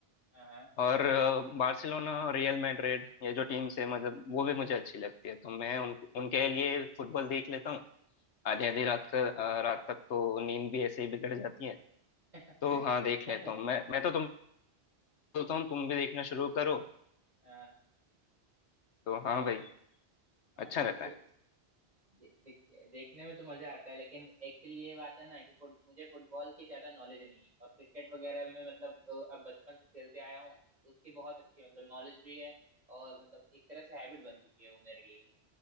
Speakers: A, on the right; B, on the left.
A: हाँ हाँ
B: और बार्सिलोना रियल मैड्रिड ये जो टीम्स है मतलब वो भी मुझे अच्छी लगती है तो मैं उन, उनके लिए फुटबॉल देख लेता हूँ आधी आधी रात का अ, रात तक तो नींद भी ऐसे ही बिगड़ जाती है
A: <laughs>
B: तो हाँ देख लेता हूँ मैं मैं तो तुम बोलता हूँ तुम भी देखना शुरू करो
A: हाँ
B: तो हाँ भाई
A: हाँ
B: अच्छा
A: वही
B: रहता
A: फिर
B: है
A: दे, देख- देखने में तो मजा आता है लेकिन एक्चुअली ये बात है ना कि फुट, मुझे फुटबॉल की ज्यादा नॉलेज नहीं है और क्रिकेट वगैरह में मतलब अ, अब बचपन से खेलते आया हूँ तो उसकी बहुत अच्छी मतलब नॉलेज भी है और मतलब एक तरह से हैबिट बन चुकी है वो मेरे लिए